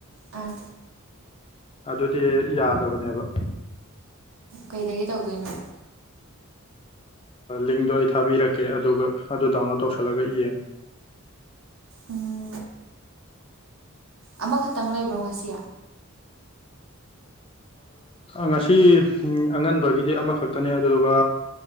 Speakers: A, on the right; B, on the left.
A: ꯑꯥ
B: ꯑꯗꯨꯗꯤ ꯌꯥꯗꯕꯅꯦꯕ
A: ꯀꯩꯗꯒꯤ ꯇꯧꯗꯣꯏꯅꯣ
B: ꯂꯤꯡꯗꯣ ꯑꯩ ꯊꯥꯕꯤꯔꯛꯀꯦ ꯑꯗꯨꯒ ꯑꯗꯨ ꯗꯥꯎꯟꯂꯣꯗ ꯇꯧꯁꯜꯂꯒ ꯌꯦꯡꯉꯨ
A: ꯎꯝ ꯑꯃ ꯈꯇꯪ ꯂꯩꯕ꯭ꯔꯣ ꯉꯁꯤ
B: ꯉꯁꯤ ꯑꯉꯟꯕꯒꯤꯗꯤ ꯑꯃꯈꯛꯇꯅꯦ ꯑꯗꯨꯗꯨꯒ